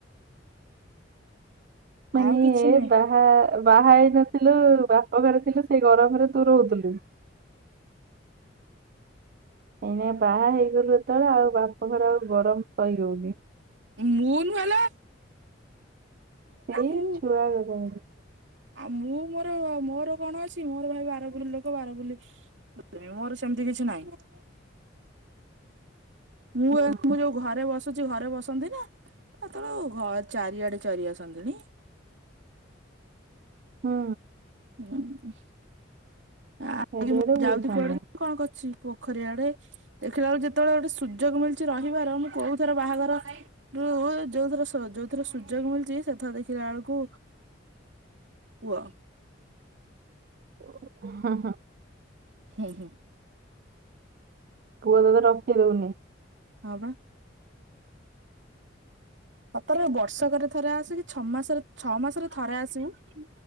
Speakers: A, on the right (about 50°); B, on the right (about 70°).
A: ମାନେ
B: ଆଉ କିଛି ନୁହେଁ
A: ବାହା ବାହା ହେଇନଥିଲୁ ବାପ ଘରେ ଥିଲୁ ସେ ଗରମରେ ତୁ ରହୁଥିଲୁ ଏଇନା ବାହା ହେଇଗଲୁ ତ ଆଉ ବାପଘର ଆଉ ଗରମ ସହିହେଉନି।
B: ମୁଁ ନୁହେଲୋ
A: ସେଇ
B: ମୁଁ
A: ଛୁଆ <unintelligible>
B: ଆଉ ମୁଁ ମୋର ମୋର କଣ ଅଛି ମୋର ଭାଇ ବାର ବୁଲି ଲୋକ ବାରବୁଲି ମୋର ସେମିତି କିଛି ନାହିଁ। ମୁଁ
A: ହୁଁ
B: ଏ ମୁଁ ଯୋଉ ଘରେ ବସୁଛି ଘରେ ବସନ୍ତି ନା ଏତେଳୁ ଘର ଚାରିଆଡେ ଚରି ଆସନ୍ତିଣି।
A: ହୁଁ।
B: ହୁଁ। ଆଉ
A: ଚାରିଆଡେ
B: ମୁଁ
A: ବୁଲୁଥାନ୍ତୁ।
B: ଯାଉଛିି କୁଆଡେ କଣ କରଛି ପୋଖରୀଆଡେ ଦେଖିଲା ବେଳେ ଯେତେବେଳେ ଗୋଟେ ସୁଯୋଗ ମିଳୁଛି ରହିବାର ମୁଁ କୋଉ ଥର ବାହାଘର ନାହିଁ ଯଉ ଯଉଥର ସ- ଯଉଥର ସୁଯୋଗ ମିଳିଚି ସେଥର ଦେଖିଲା ବେଳକୁ କୁଅ।
A: ହଁ- ହଁ।
B: ହୁଁ- ହୁଁ।
A: ପୁଅ ତତେ ରଖେଇ ଦଉନି।
B: ହଁ ପା। ତାପରେ ବର୍ଷକରେ ଥରେ ଆସେ କି ଛଅ ମାସରେ- ଛଅ ମାସରେ ଥରେ ଆସିବୁ